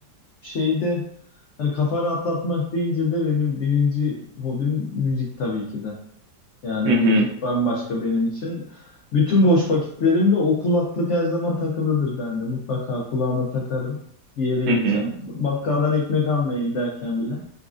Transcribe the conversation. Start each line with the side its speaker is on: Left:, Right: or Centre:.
Left: şeyde hani kafa rahatlatmak deyince de benim birinci hobim müzik tabii ki de. Yani
Right: Hı
Left: müzik
Right: hı,
Left: bambaşka benim için. Bütün boş vakitlerimde o kulaklık her zaman takılıdır bende. Mutlaka kulağıma takarım. Bir yere
Right: hı
Left: gideceğim.
Right: hı.
Left: Bakkaldan ekmek almaya giderken bile.